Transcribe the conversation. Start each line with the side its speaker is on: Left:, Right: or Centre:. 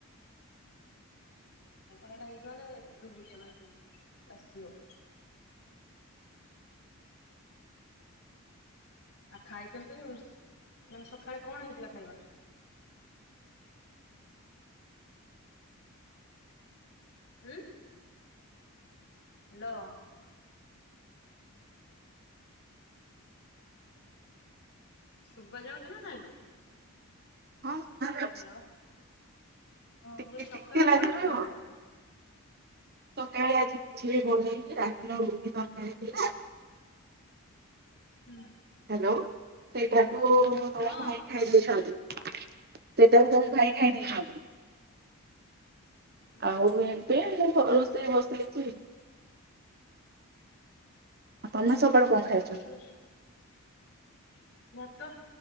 Left: ଝଗଡ଼ା ଟା ହେଇଛି ମାନେ ଏବେ ବୁଲିବା ପାଇଁ ନେବେ ପୂରା ସୂର୍। ଆଉ ଖାଇଛନ୍ତି ଉ ମାନେ ସକାଳେ କଣ ହେଇଥିଲା ଖାଇବା? ଉଁ। ହ୍ୟାଲୋ। ଶୁଭ ଯାଉଛି ନା ନାଇଁ?
Right: ହଁ ସୁବା ଯା
Left: ହ୍ୟାଲୋ ହଁ
Right: ଟିକେ
Left: ମୁଁ କହିଲି ସକାଳେ
Right: ଟିକେ ଲାଗି
Left: କଣ ହେଥିଲା
Right: ରହିବ।
Left: ଖାଇବା?
Right: ସକାଳେ ଆଜି କିଛି ବି ବନେଇନି ରାତିର ରୁଟି ତରକାରୀ ଥିଲା।
Left: ହୁଁ।
Right: ହ୍ୟାଲୋ ସେଇଟାକୁ ମୁଁ ତମ
Left: ହଁ
Right: ଭାଇ ଖାଇଦେଇଛନ୍ତି। ସେଟାକୁ ତମ
Left: ହୁଁ
Right: ଭାଇ ଖାଇଦେଇଛନ୍ତି।
Left: ହୁଁ
Right: ଆଉ ଏବେ ରୋଷେଇ ବସେଇଛି। ତମେ ସକାଳୁ
Left: <unintelligible>
Right: କଣ ଖାଇଛ
Left: ଭାତ